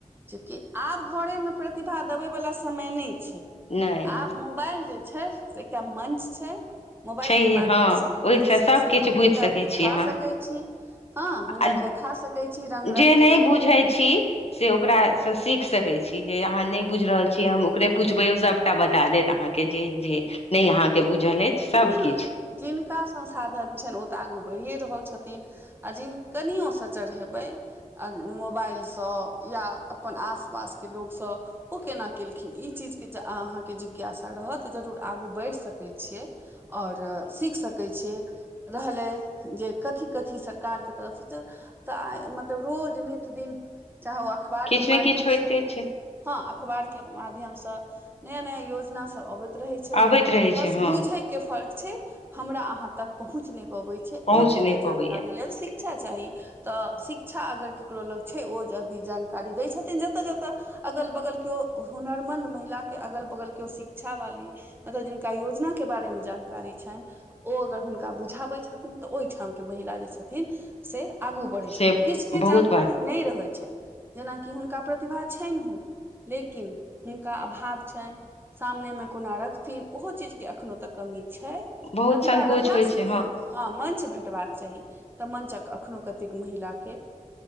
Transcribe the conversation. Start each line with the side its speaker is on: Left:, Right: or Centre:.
Right: चूँकि आब घरे मे प्रतिभा देबे वाला समय नहि छै
Left: नहि नहि
Right: आब मोबाइल जे छै से एकटा मञ्च छै मोबाइलके
Left: छैहे
Right: माध्यमसँ
Left: हँ
Right: अहाँ
Left: ओहिसँ
Right: जे छै
Left: सभकिछु
Right: से अपन
Left: बुझि
Right: हुनर
Left: सकै
Right: देखा
Left: अहाँ
Right: सक छी स छी हँ हुनर
Left: आ
Right: देखा सकै छी रंग
Left: जे
Right: रंग के
Left: <unintelligible> छी से ओकरासँ सीख सकै छी जे अहाँ नहि बुझ रहल छी हम ओकरे पुछबे ओ सब टा बता देत अहाँके जे जे नहि अहाँके बुझल अछि सभकिछु
Right: हं जिनका संसाधन छनि ओ तऽ आगू बढ़िए रहल छथिन आ जिन कनियोसँ चढ़ेबै मोबाइलसँ या अपन आस पासके लोकसँ ओ केना केलखिन ई चीजके अहाँके जिज्ञासा रहत तऽ जरूर आगू बढ़ि सकै छियै आओर सीख सकै छियै रहलै जे कथी कथी सरकारके तरफसँ तऽ मतलब रोज नित दिन चाहे ओ अखबार
Left: किछु
Right: के
Left: किछु
Right: माध्यमस
Left: ने किछु होइते छै
Right: हँ अखबार के माध्यम से नया नया योजना सब अबैत रहै छै
Left: अबैत रहै
Right: बस
Left: छै हँ
Right: बूझे के फर्क छै हमरा अहाँ तक पहुँच नहि पबै छै
Left: पहुँच
Right: ओ चीज
Left: नहि
Right: के
Left: पबैया
Right: जानकारी लेल स शिक्षा चाही तऽ शिक्षा अगर ककरो लग छै ओ अभी जानकारी दै छथिन जतऽ जतऽ अगल बगल केओ हुनरमन्द महिला के अगल बगल केओ शिक्षा वाली जिनका योजना के बारेमे जानकारी छनि ओ अगर हुनका बुझाबै छथिन तऽ ओहिठामके महिला जे छथिन से आगू बढ़ैत
Left: से
Right: छथिन किछुके
Left: बहुत
Right: जानकारी
Left: बात
Right: नहि रहैत छनि जेनाकि हुनका प्रतिभा छनि हो लेकिन हुनका अभाव छनि सामनेमे कोना रखथिन ओहो चीजके अखनोहु तक कमी छै
Left: बहुत
Right: प्रतिभा
Left: संकोच
Right: रहलासँ
Left: होइ छै
Right: से की हेतै हँ मंच भेटबाक चाही तऽ मंचक एखनो कतेक महिला के